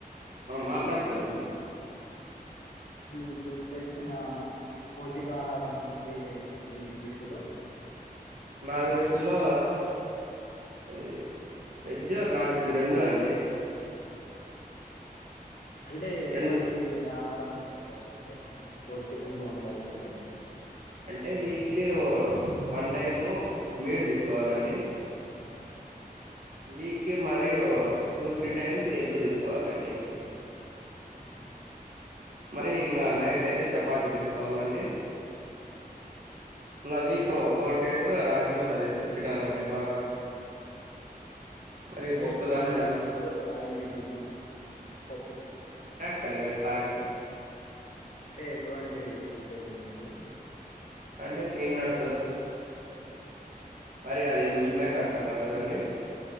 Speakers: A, on the right (about 55°); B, on the left (about 80°).
A: మాట్లాడతాలేండి.
B: అంటే మీకు తెలిసిన పోషకాహారం అంటే ఏమిటండి. మీ దృష్టిలో
A: నా దృష్టిలో అది వెజ్ నాన్ వెజ్ రెండు అండి
B: అంటే ఎటువంటి
A: రెండు
B: ఆహారం తీసుకోవాలండి. మనం పౌష్టికంగా ఉండాలంటె ఎ
A: అంటే వీక్లీ వన్ టైము మీట్ తీసుకోవాలండి.
B: ఆ
A: వీక్లీ మరి ఓ టూ త్రీ టైమ్స్ ఎగ్గు తీసుకోవాలండి.
B: అవునంట
A: మరి ఇంగా నైట్ అయితే చపాతి తీసుకోవాలండి.
B: ఆ
A: ఇంకా వీక్ ఫోర్ డేస్ రాగి ముద్ద తీసుకొని తినాలండి. బాగా మరి
B: అంటే
A: పప్పు
B: పీనట్
A: ధాన్యాలు
B: అలా ఏమైనా పప్పు
A: సండే సాయంకల్మ్
B: అంటే ఎటువంటివి తింటే మేలండి.
A: అంటే పీనట్స్ మరి అది మిల్ మేకర్స్ అంటారు. కదండి